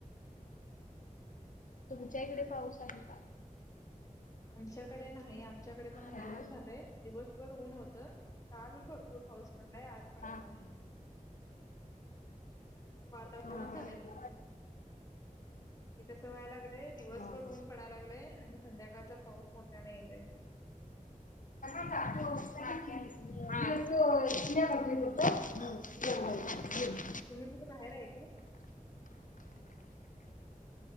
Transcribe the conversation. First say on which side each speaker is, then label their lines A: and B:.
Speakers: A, on the left; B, on the left.
A: तुमच्या इकडे पाऊस आहे का?
B: आमच्याकडे नाही. आमच्याकडे पण वातावरण
A: हॅलो
B: झालंय दिवसभर ऊन होतं. काल भरपूर पाऊस पडलाय. आज पडायला
A: हा
B: नाही. वातावरण
A: हा हा
B: झालंय फक्त. ते कसं व्हायला लागलंय दिवसभर
A: हा हा
B: उन्ह पडाय लागय संध्याकाळच पाऊस मोठ्यान येतय.
A: चालू हो <unintelligible> कितना
B: तुम्ही कुठं बाहेर आहे का?